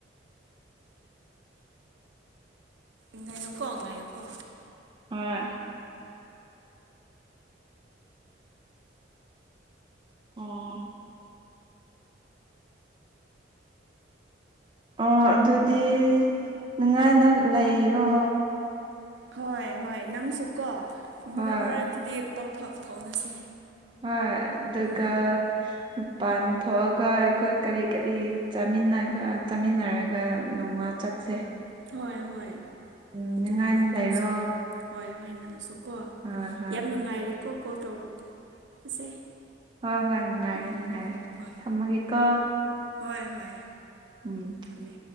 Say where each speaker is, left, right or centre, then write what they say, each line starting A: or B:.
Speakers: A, on the right; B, on the right.
A: ꯉꯥꯏꯌꯣꯀꯣ ꯉꯥꯏꯌꯣꯀꯣ
B: ꯍꯣꯏ ꯑꯣ ꯑꯣ ꯑꯗꯨꯗꯤ ꯅꯨꯡꯉꯥꯏꯅ ꯂꯩꯔꯣ
A: ꯍꯣꯏ ꯍꯣꯏ ꯅꯪꯁꯨꯀꯣ
B: ꯍꯣꯏ
A: ꯃꯔꯛ ꯃꯔꯛꯇꯗꯤ ꯄꯥꯎ ꯐꯥꯎꯅꯁꯦ
B: ꯍꯣꯢ ꯑꯗꯨꯒ
A: ꯎꯝ
B: ꯃꯄꯥꯟ ꯊꯣꯛꯑ ꯑꯩꯈꯣꯏ ꯀꯔꯤ ꯀꯔꯤ ꯆꯥꯃꯤꯟꯅꯔꯒ ꯆꯥꯃꯤꯟꯅꯔꯒ ꯅꯣꯡꯃ ꯆꯠꯁꯦ
A: ꯍꯣꯏ ꯍꯣꯏ
B: ꯎꯝ ꯅꯨꯡꯉꯥꯏꯅ
A: ꯑꯗꯨ ꯄ꯭ꯂꯥꯟ
B: ꯂꯩꯔꯣ
A: ꯇꯧꯁꯦ ꯍꯣꯏ ꯍꯣꯏ ꯅꯪꯁꯨ ꯀꯣ
B: ꯍꯣꯏ ꯍꯣꯏ
A: ꯌꯥꯝ ꯅꯨꯡꯉꯥꯏꯔꯦꯀꯣ ꯀꯣꯜ ꯇꯧꯔꯛꯄꯁꯦ
B: ꯍꯣꯏ ꯍꯣꯏ ꯅꯨꯡꯉꯥꯏꯔꯦ
A: ꯎꯝ
B: ꯅꯨꯡꯉꯥꯏꯔꯦ
A: ꯍꯣꯏ
B: ꯊꯝꯃꯒꯦꯀꯣ
A: ꯍꯣꯏ ꯍꯣꯏ
B: ꯎꯝ
A: ꯊꯝꯃꯦ